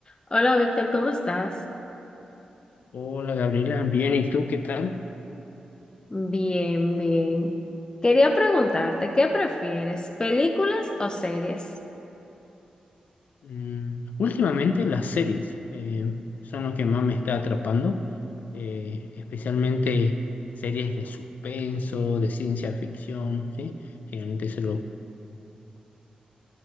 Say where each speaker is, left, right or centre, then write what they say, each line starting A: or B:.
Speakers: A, on the left (about 30°); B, on the left (about 75°).
A: Hola Víctor, ¿cómo estás?
B: Hola Gabriela, bien, ¿y tú qué tal?
A: Bien, bien. Quería preguntarte, ¿qué prefieres, películas o series?
B: Mm, últimamente las series eh, son lo que más me está atrapando, eh, especialmente series de suspenso, de ciencia ficción, ¿sí? Generalmente eso